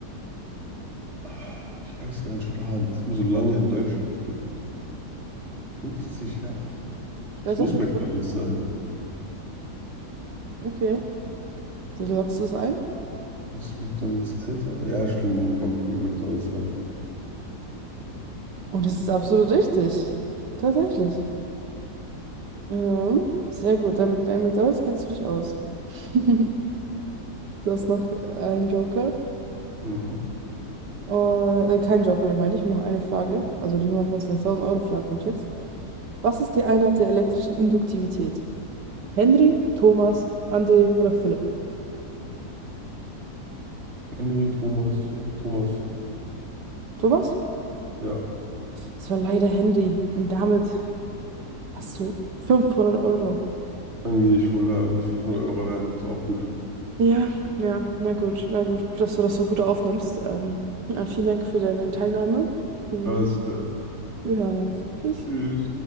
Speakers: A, on the right; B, on the right.
A: Ah, Ich weiß gar nicht, ob es HM so lange in Deutschland gibt. 50 Jahre.
B: Ich
A: Es
B: weiß
A: muss
B: auch nicht,
A: McDonald's
B: ob-
A: sein.
B: okay. Du loggst es ein.
A: Ist McDonald's älter? Ja, schon lockt von McDonald's sein.
B: Und es ist absolut richtig. Tatsächlich. Ähm, sehr gut. Damit mit deinem McDonald's kennst du dich aus. <laughs> Du hast noch einen Joker.
A: Mhm.
B: Äh, äh, kein Joker mehr, meine ich. Und noch eine Frage. Also die 125.000-Euro-Frage kommt jetzt. Was ist die Einheit der elektrischen Induktivität? Henry, Thomas, André oder Philipp?
A: Henry Thomas. Thomas.
B: Thomas?
A: Ja,
B: Es war leider Henry. Und damit hast du 500 Euro.
A: dann gehe ich wohl mit 500 Euro heim. Ist auch gut.
B: Ja, ja, na gut, na gut, gut, dass du das so gut aufnimmst. Ähm, na, vielen Dank für deine Teilnahme und
A: Alles klar.
B: wir hören uns. Tschüss.
A: Tschüss.